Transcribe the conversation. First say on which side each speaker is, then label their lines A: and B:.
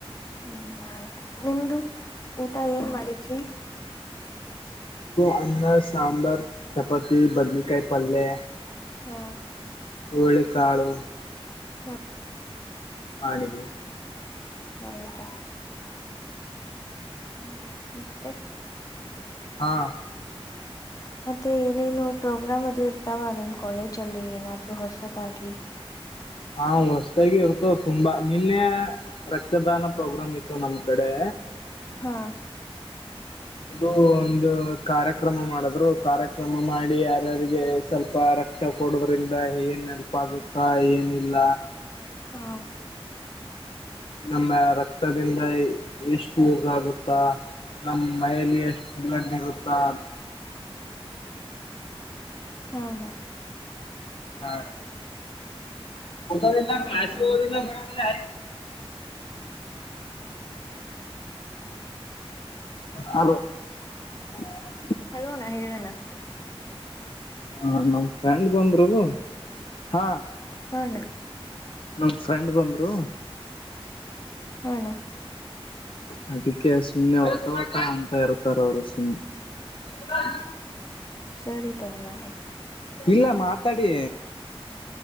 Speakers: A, on the left; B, on the left.
A: ಹ್ಮ್ ಆಯ್ತು ನಿಮ್ದು ಊಟ ಏನ್ ಮಾಡಿದ್ರಿ
B: ಅನ್ನ ಸಾಂಬಾರ್ ಚಪಾತಿ ಬದನಕಾಯಿ ಪಲ್ಯ
A: ಹಾ
B: ಹೂಳಿಕಾಳು
A: ಹಾ
B: ಮಾಡಿದ್ದೀ
A: ಹೌದಾ ಹ್ಮ ಮತ್ತೆ
B: ಹಾ
A: ಮತ್ತೆ ಏನೇನು ಪ್ರೋಗ್ರಾಮ್ ಅದು ಇರ್ತಾವ ನಿಮ್ ಕಾಲೇಜ ಅಲ್ಲಿ ಏನಾದ್ರೂ ಹೊಸದಾಗಿ.
B: ಹಾ ಹೊಸ್ತಾಗಿ ಇರ್ತ ತುಂಬಾ ನಿನ್ನೆ ರಕ್ತದಾನ ಪ್ರೋಗ್ರಾಮ್ ಇತ್ತು ನಮ್ಗೆ. ಕಡೆ.
A: ಹಾ
B: ಅದು ಒಂದು ಕಾರ್ಯಕ್ರಮ ಮಾಡಿದ್ರು ಕಾರ್ಯಕ್ರಮ ಮಾಡಿ ಯಾರ್ ರ್ಯಾರಿಗೆ ಸ್ವಲ್ಪ ರಕ್ತ ಕೊಡದ್ರಿಂದ ಏನ್ ನೆಲ್ಪ್ ಆಗುತ್ತಾ ಏನಿಲ್ಲ.
A: ಹಾ.
B: ನಮ್ಮ ರಕ್ತದಿಂದ ಎಷ್ಟು ಯೂಸ್ ಆಗುತ್ತಾ ನಮ್ಮ ಮೈಲಿ ಎಷ್ಟ್ ಬ್ಲಡ್ ಇರುತ್ತಾ.
A: ಹ ಅಣ್ಣ.
B: ಹಾ. ಒದದಲ್ಲ
A: ಹೌದಾ
B: ಕ್ಸಿದಲ್ಲ
A: ಅಣ್ಣ
B: ಬರೋದಿಲ್ಲ. ಹಲೋ. <unintelligible>
A: ಹಲೋಣ್ಣ ಹೇಳಣ್ಣ.
B: ಹ ನಮ್. ಫ್ರಂಡ್ ಬಂದ್ರು. ಹಾ.
A: ಹ ಅಣ್ಣ.
B: ಹ್ಮ. ಫ್ರೆಂಡ್ ಬಂದರು.
A: ಹಾ ಅಣ್ಣ
B: ಹದಕ್ಕೆ ಸುಮ್ಮನೆ ಅವ. ೋಟ ಅಂತ ಇರ್ತಾರ ಅವ್ರು ಸಮ್ <unintelligible>
A: ಸರಿ ತೊೋಲ ಆಯ್ತು
B: ಇಲ್ಲ ಮಾತಾಡಿ